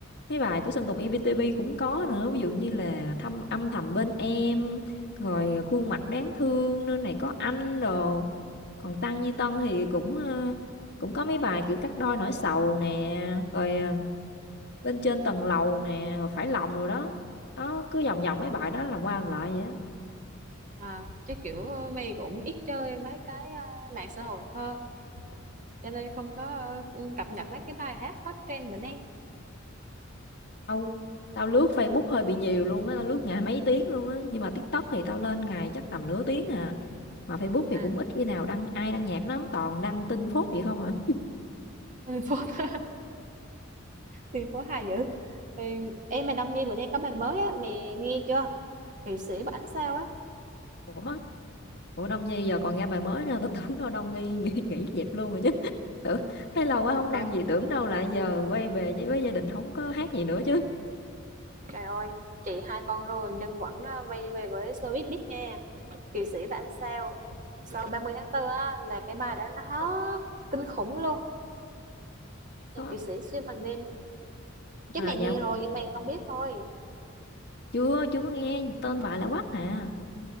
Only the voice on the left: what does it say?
mấy bài của Sơn Tùng EPTP cũng có nữa ví dụ như là thăm âm thầm bên em rồi khuôn mặt đáng thương nơi này có anh đồ còn Tăng Duy Tân thì cũng à, cũng có mấy bài kiểu cắt đôi nỗi sầu nè rồi ờ, bên trên tầng lầu nè rồi phải lòng rồi đó nó cứ vòng vòng mấy bài đó làm qua làm lại vậy đó
Âu tao lướt Facebook hơi bị nhiều luôn á tao lướt ngày mấy tiếng luôn á nhưng mà TikTok thì tao lên ngày chắc tầm nửa tiếng à mà Facebook thì
cũng ít khi nào đăng ai đăng nhạc lắm toàn đăng tin phốt vậy không à
ủa ủa Đông Nhi giờ còn ra bài mới nữa tao tưởng đâu Đông Nhi nghỉ, nghỉ dẹp luôn rồi chứ <laughs> tưởng thấy lâu
quá không đăng
gì tưởng đâu lại giờ quay về với, với gia đình không có hát gì nữa chứ
có
mà
dạo
chưa chưa có nghe gì tên bài là quắc à